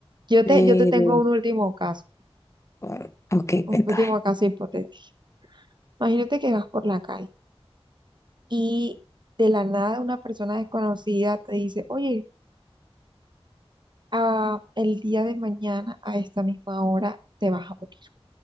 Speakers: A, on the right (about 50°); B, on the left (about 30°).
A: Yo te,
B: Pero,
A: yo te tengo un último caso,
B: ah, ok,
A: un
B: cuéntame.
A: último caso hipotético. Imagínate que vas por la calle y de la nada una persona desconocida te dice, oye, ah, el día de mañana a esta misma hora te vas a morir